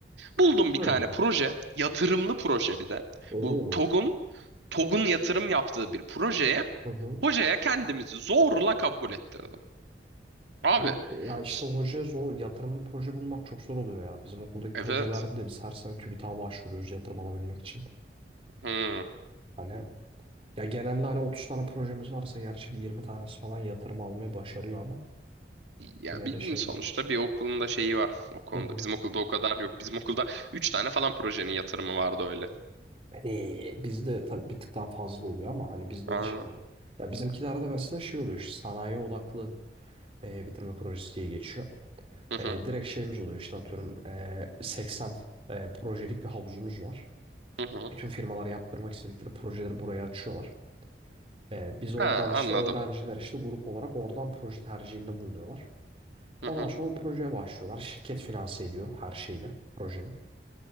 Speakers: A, on the right (about 85°); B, on the right (about 30°).
A: Buldum bir
B: Hı.
A: tane proje, yatırımlı proje bir de.
B: Oo.
A: Bu TOG'un TOG'un yatırım yaptığı bir projeye
B: Hı hı.
A: hocaya kendimizi zorla kabul ettirdim. Abi
B: Abi ya işte
A: s-
B: hocaya zor yatırımlı proje bulmak çok zor oluyor ya. Bizim okuldaki
A: evet.
B: projelerde de biz her sene TÜBİTAK'a başvuruyoruz yatırım alabilmek için.
A: Hmm.
B: Hani ya genelde hani 30 tane projemiz varsa gerçi bir 20 tanesi falan yatırım almayı başarıyor ama
A: Ya
B: yine
A: bilmiyorum
B: de şey
A: sonuçta
B: değil.
A: bir okulun da şeyi var o konuda.
B: Hı hı.
A: Bizim okulda o kadar yok. Bizim okulda 3 tane falan projenin yatırımı vardı öyle.
B: Ee, bizde tabii bir tık daha fazla oluyor ama hani bizde
A: Aa,
B: de şey oluyor. Ya bizimkilerde mesela şey oluyor işte sanayi odaklı e, bitirme projesi diye geçiyor.
A: hı
B: E,
A: hı,
B: direkt şeyimiz oluyor işte atıyorum e, 80 e, projelik bir havuzumuz var.
A: hı hı.
B: Bütün firmalar yaptırmak istedikleri projeleri buraya açıyorlar. E, biz oradan
A: Ha,
B: işte
A: anladım.
B: öğrenciler işte grup olarak oradan proje tercihinde bulunuyorlar.
A: Hı
B: Ondan
A: hı.
B: sonra o projeye başlıyorlar. Şirket finanse ediyor her şeyini projenin.